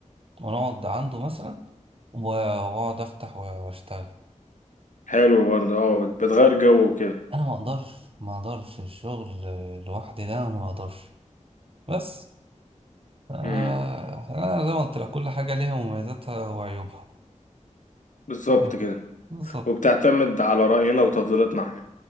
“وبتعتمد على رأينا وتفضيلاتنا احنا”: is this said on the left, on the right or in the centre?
Left